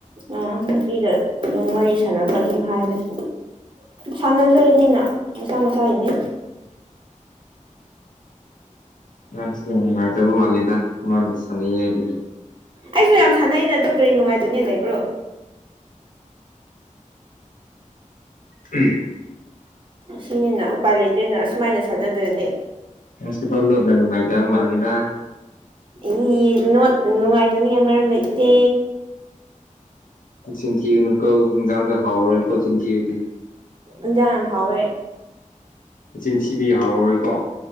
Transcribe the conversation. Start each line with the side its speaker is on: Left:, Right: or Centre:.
Right: ꯑꯥ ꯅꯨꯄꯤꯒꯥ ꯑꯗꯨꯝ ꯋꯥꯔꯤ ꯁꯥꯟꯅꯕ ꯑꯗꯨꯝ ꯍꯥꯏꯕꯅꯤ ꯁꯥꯟꯅꯖꯔꯅꯤꯅ ꯃꯁꯥ ꯃꯁꯥꯒꯤꯅꯤ
Left: ꯑꯁ ꯌꯥꯝ ꯅꯨꯡꯉꯥꯏꯇꯕ ꯃꯥꯜꯂꯦꯗ ꯃꯥꯅ ꯁꯥꯟꯅꯩ ꯍꯥꯏꯕꯒꯤ
Right: ꯑꯩꯖꯨ ꯌꯥꯝ ꯁꯥꯟꯅꯩꯅ ꯑꯗꯣ ꯀꯔꯤ ꯅꯨꯡꯉꯥꯏꯇꯥꯅꯤꯉꯥꯏ ꯂꯩꯕ꯭ꯔꯣ
Left: ꯎꯝ
Right: ꯁꯤꯅꯤꯅ ꯎꯄꯥꯏ ꯂꯩꯇꯦꯅ ꯑꯁꯨꯃꯥꯏꯅ ꯁꯥꯟꯅꯗ꯭ꯔꯗꯤ
Left: ꯉꯁꯤꯗꯣ ꯂꯨꯠꯅ ꯅꯨꯡꯉꯥꯏꯇꯕ ꯃꯥꯜꯂꯤꯦꯗ
Right: ꯏ ꯅꯨꯡꯉꯥꯏꯇꯅꯤꯡꯉꯥꯏ ꯃꯔꯝ ꯂꯩꯇꯦ
Left: ꯆꯤꯟꯊꯤꯒꯅꯨ ꯀꯣ ꯏꯟꯖꯥꯡꯗ ꯍꯥꯎꯔꯔꯣꯏꯀꯣ ꯆꯤꯟꯊꯤꯔꯗꯤ
Right: ꯏꯟꯖꯥꯡ ꯌꯥꯝ ꯍꯥꯎꯋꯦ
Left: ꯆꯤꯟꯊꯤꯕꯩ ꯍꯥꯎꯔꯣꯏꯀꯣ